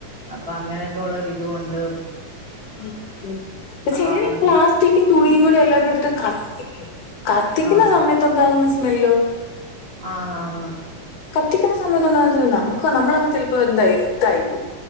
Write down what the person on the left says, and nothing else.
<unintelligible> കുത്തിക്കു
തുണിയുകൂടെ എല്ലാ കൂടെടുത്തിട്ട് കത്തിക്ക് കത്തിക്കുന്ന
സമയത്ത് ഒണ്ടാകുന്ന സ്മെല്ലോ
കത്തിക്കുന്ന സമയത്ത്ണ്ട നമുക്ക് നമ്മളങ്ങ് ചെലപ്പോ എന്താ ഇതായിപ്പോവും